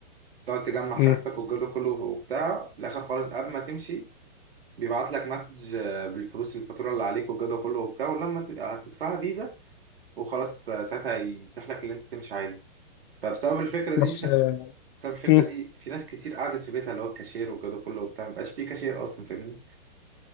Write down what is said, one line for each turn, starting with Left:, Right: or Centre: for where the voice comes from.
Right: تقعد تجمع
Left: مم.
Right: حاجتك والجودة كله وبتاع في الآخر خالص قبل ما تمشي بيبعت لك مسج آه، بالفلوس الفاتوره اللي عليك والجو ده كله وبتاع ولما ت- هتدفعها فيزا وخلاص آه، ساعتها يتيح لك اللي انت تمشي عادي فبسبب الفكره دي
Left: بس
Right: <laughs>
Left: آه،
Right: بسبب الفكره
Left: مم.
Right: دي في ناس كتير قعدت في بيتها اللي هو الكاشير والجو ده كله وبتاع مبقاش في كاشير اصلا فاهمني